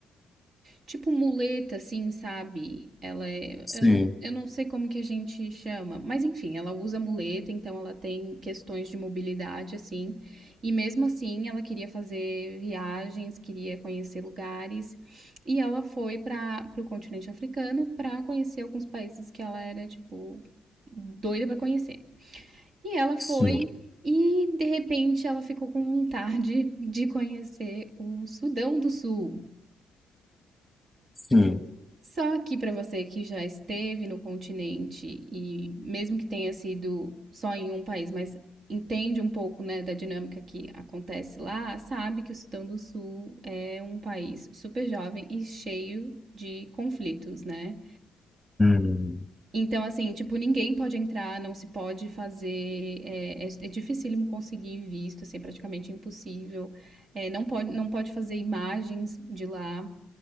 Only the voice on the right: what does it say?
Tipo muleta, assim, sabe? Ela é.
Eu não, eu não sei como que a gente chama, mas enfim, ela usa muleta, então ela tem questões de mobilidade, assim. E mesmo assim, ela queria fazer viagens, queria conhecer lugares. E ela foi para o continente africano para conhecer alguns países que ela era, tipo, doida para conhecer. E ela foi.
E de repente ela ficou com vontade de conhecer o Sudão do Sul.
Só que para você que já esteve no continente e mesmo que tenha sido só em um país, mas entende um pouco, né, da dinâmica que acontece lá, sabe que o Sudão do Sul é um país super jovem e cheio de conflitos, né?
Então, assim, tipo, ninguém pode entrar, não se pode fazer, é, é, é dificílimo conseguir visto, assim, é praticamente impossível. É, não pode, não pode fazer imagens de lá.